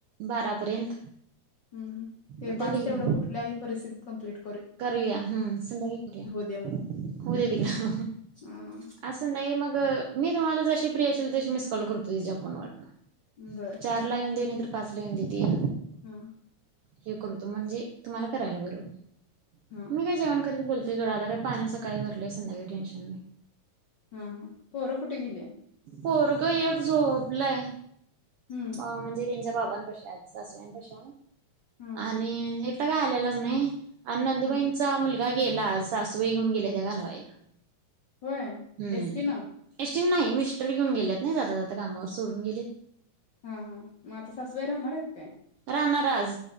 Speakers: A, on the right; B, on the left.
A: बारापर्यंत
B: हम हम ते
A: उद्याला
B: पाच
A: येऊन
B: ते एवढं कुठल्याही परिस्थितीत कम्प्लीट
A: करूया हम् संध्याका
B: दे मग.
A: करूया हो दे त का
B: हां,
A: असधा मग मी तुम्हाला जशी प्रि असेल तशी मिस कॉल करतो तिच्या वा
B: बरं.
A: चला येऊन दे पाचलेून दितीया
B: हा
A: हे करूतो म्हणजे तुम्हाला करायला बरोबर
B: हां,
A: मी काय जेवण करीत बोलते. ते जोड आता काही पाणी सकाळी भरलेय संध्याकाळी टेन्शन नाही.
B: हम हम पोर कुठे गेली?
A: पोरगं एक झोपलय.
B: हं,
A: अ म्हणजे त्यांच्या बाबांपशा सासऱ्यांपशा
B: हां,
A: आणि हे आता काय आलेलाच नाही. अन नंदुबाईंचा
B: हं.
A: मुल - गेला सासूबाई घेऊन गेले त्या घालवायला.
B: होय
A: हम्म.
B: एस टी न?
A: नाही मिस्टरी घेऊन गेलेत नाही जाता जाता कामावर सोडून गेलेत.
B: हा हा मात ससव राहनर इे
A: राहणारास